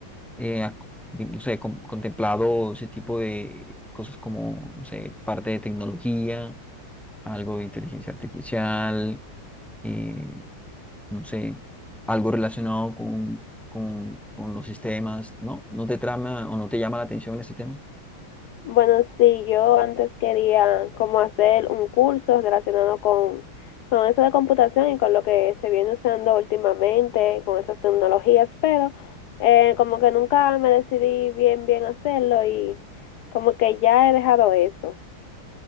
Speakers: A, in the centre; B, on the left.
A: eh, a- no sé, con- contemplado ese tipo de cosas como, no sé, parte de tecnología, algo de inteligencia artificial, eh, no sé, algo relacionado con, con, con los sistemas, ¿no? ¿No te trama o no te llama la atención ese tema?
B: <laughs> bueno, sí, yo antes quería como hacer un curso relacionado con, con eso de computación y con lo que se viene usando últimamente, con esas tecnologías, pero eh, como que nunca me decidí bien, bien hacerlo y como que ya he dejado eso,